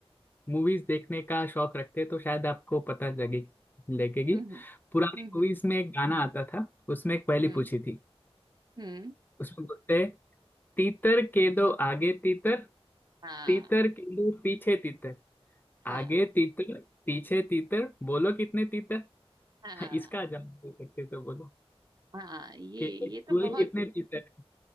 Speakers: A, on the left; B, on the right.
A: मूवीज देखने का शौक रखते हैं तो शायद आपको पता लगे लगेगी
B: हम्म
A: पुरानी
B: हम्म
A: मूवीज में एक गाना आता था उसमें एक पहेली
B: हम्म
A: पूछी थी
B: हम्म
A: उसमें बोलते हैं तीतर के दो आगे तीतर
B: हाँ
A: तीतर के दो पीछे तीतर
B: हाँ
A: आगे तीतर पीछे तीतर बोलो कितने तीतर <laughs>
B: हाँ
A: हाँ, इसका जवाब दे सकते हो तो बोलो
B: हाँ ये
A: कि कोई
B: ये तो बहुत
A: कितने पीते हैं